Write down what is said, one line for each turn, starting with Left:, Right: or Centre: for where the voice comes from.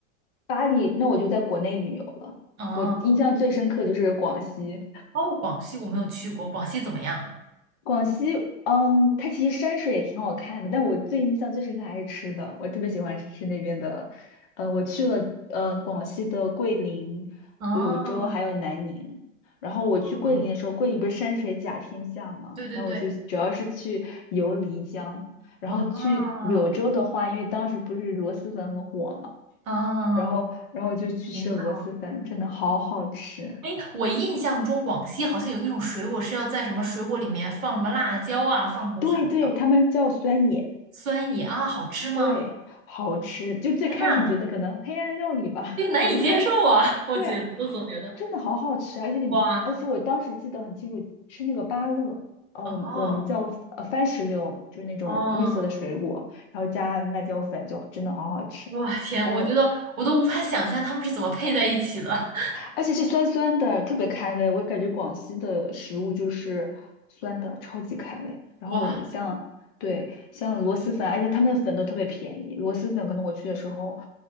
Left: 巴黎，那我就在国内旅游了。
Right: 哦。
Left: 我印象最深刻就是广西，
Right: 哦，广西我没有去过，广西怎么样？
Left: 广西，嗯，它其实山水也挺好看的，但我最印象最深刻还是吃的，我特别喜欢吃那边的，呃，我去了，呃，广西的桂林、
Right: 哦，
Left: 柳州还有南宁，然后我去桂林的时候，
Right: 哦
Left: 桂林不是山水甲天下嘛，
Right: 对对对，
Left: 然后我就主要是去游漓江，然后去柳州的话，
Right: 啊
Left: 因为当时不是螺蛳粉很火嘛，
Right: 啊，
Left: 然后然后就去吃了螺蛳粉，
Right: 挺好。
Left: 真的好好吃，
Right: 哎，我印象中广西好像有一种水果是要在什么水果里面放什么辣椒啊，放什么调料，
Left: 对对，他们叫酸野。
Right: 酸野啊，好吃吗？
Left: 对，好吃。就最开始你觉得可能黑暗料理吧，
Right: 天呐，
Left: <laughs>
Right: 这个难以接受啊！
Left: 怎么加？
Right: <laughs> 我觉我总觉得，
Left: 对，真的好好吃啊，而且你，
Right: 哇，
Left: 而且我当时记得很清楚，吃那个芭乐，啊、
Right: 哦
Left: 我们我们叫呃番石榴，就是那种绿色的水果，
Right: 哦，
Left: 然后加辣椒粉，就真的好好吃。
Right: 哇天，
Left: 还有
Right: 我觉得我都无法想象他们是怎么配在一起的。
Left: 而且是酸酸的，特别开胃。我感觉广西的食物就是酸的，超级开胃。然后像对像螺蛳粉，
Right: <laughs> 哇，
Left: 而且他们的粉都特别便宜。螺蛳粉可能我去的时候，